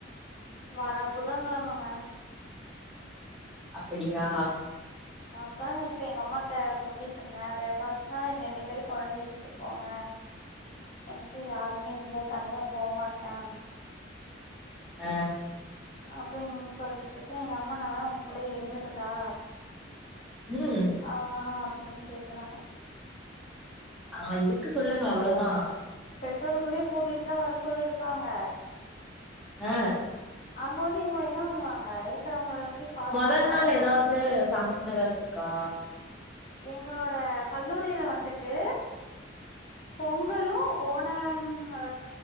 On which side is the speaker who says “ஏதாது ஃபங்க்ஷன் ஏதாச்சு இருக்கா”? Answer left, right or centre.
Centre